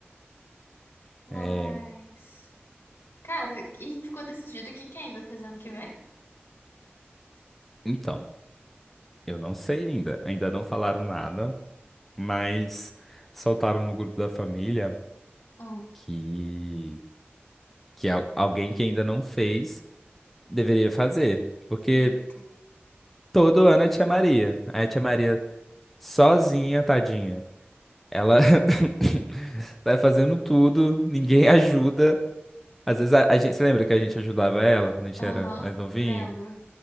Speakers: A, on the left; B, in the centre.
A: Mas.
B: É,
A: Cara, e ficou decidido que quem vai fazer ano que vem?
B: então. Eu não sei ainda, ainda não falaram nada, mas soltaram no grupo da família
A: Um.
B: que, que al- alguém que ainda não fez deveria fazer, porque
A: Eita.
B: todo ano é tia Maria, aí a tia Maria sozinha, tadinha, ela <laughs> sai fazendo tudo, ninguém <laughs> ajuda, às vezes a, a gente, você lembra que a gente ajudava ela quando a gente
A: Aham,
B: era mais novinho?
A: lembro.